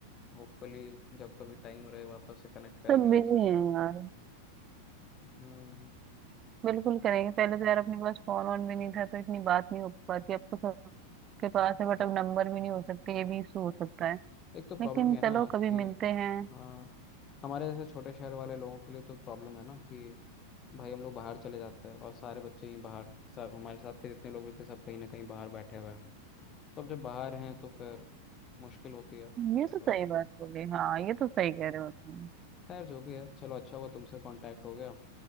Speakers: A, on the left; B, on the right.
A: होपफुली जब कभी टाइम रहे वापस से कनेक्ट करेंगे
B: सब
A: उनसे
B: बिजी हैं यार
A: हम्म,
B: बिल्कुल करेंगे पहले तो यार अपने पास फोन ऑन भी नहीं था तो इतनी बात नहीं हो पाती अब तो सबके पास है बट अब नंबर भी नहीं हो सकते ये भी इशू हो सकता है
A: एक तो प्रॉब्लम
B: लेकिन
A: है ना
B: चलो कभी
A: कि
B: मिलते हैं
A: हाँ हमारे जैसे छोटे शहर वाले लोगों के लिए तो प्रॉब्लम है ना कि भाई हम लोग बाहर चले जाते हैं और सारे बच्चे ही बाहर सब हमारे साथ के जितने लोग भी थे सब कहीं ना कहीं बाहर बैठे हुए हैं तो अब जब बाहर हैं तो फिर मुश्किल होती है
B: ये
A: कि भाई
B: तो सही बात हो गई हाँ ये तो सही कह रहे हो तुम
A: खैर जो भी है चलो अच्छा हुआ तुमसे कांटेक्ट हो गया